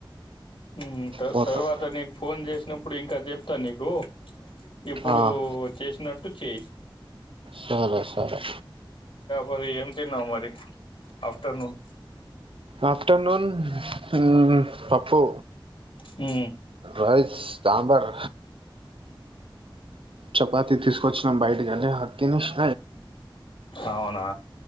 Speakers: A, on the left; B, on the right.
A: ఉమ్ త
B: పోతాం
A: తర్వాత నీకు ఫోన్ చేసినప్పుడు ఇంకా చెప్తా నీక్ గో ఇప్పుడు
B: ఆ.
A: చేసినట్టు చెయ్
B: సరే సరే
A: మరి ఏం తిన్నావు మరి ఆఫ్టర్నూన్
B: ఆఫ్టర్నూన్ హు పప్పు
A: ఉ
B: రైస్ సాంబార్ చపాతి తీసుకొచ్చినం బయటికి కాని హ తినిషూ
A: అవునా